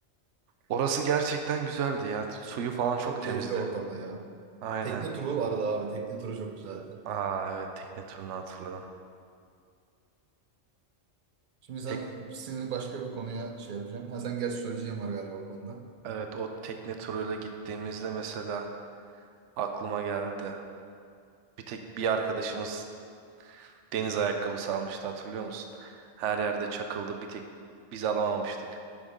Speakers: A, on the right; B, on the right.
A: Orası gerçekten güzeldi ya. Suyu falan çok
B: Çok
A: temizdi.
B: keyifli ortamda ya.
A: Aynen.
B: Tekne turu vardı abi. Tekne turu çok güzeldi.
A: Aa evet tekne turunu hatırladım.
B: Şimdi sen,
A: Tek
B: seni başka bir konuya şey yapacağım. Ha, sen gerçi söyleyeceğim var galiba bu konuda.
A: evet o tekne turuyla gittiğimizde mesela aklıma geldi. Bir tek bir arkadaşımız deniz ayakkabısı almıştı hatırlıyor musun? Her yerde çakıldı bir tek biz alamamıştık.